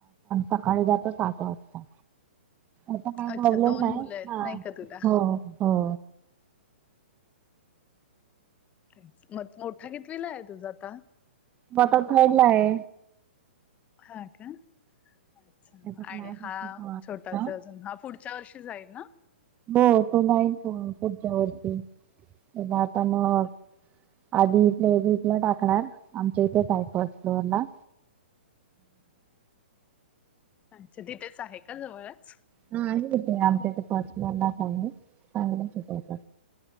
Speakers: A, on the right; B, on the left.
A: सकाळी जातो सात वाजता. अस काय
B: अच्छा
A: प्रॉब्लेम
B: दोन
A: नाही,,
B: मुलं आहेत
A: हां,,
B: नाही का तुला?
A: हो, हो.
B: मग,, मोठा कित विला आहे तुझा आता?
A: बता फरला आहे.
B: हा का,, अच्छा,,
A: त्याचा क्लास
B: आणि
A: असतो
B: हा
A: सहा वाजता
B: छोटा अजून,, हऽ पुढच्या वर्षी जाईल ना.
A: हो, तो नाही पुढच्या वरषी, त्यला आता मऽ आधी इथले इथलं टाकणार,, आमच्या इथेच आहे फर्स्ट फ्लोअर ला.
B: <inaudible> अच्छा,, तिथेच आहे का जवळच?
A: नाही इथ आमच्या इथ पाचला सांग चांगलंवत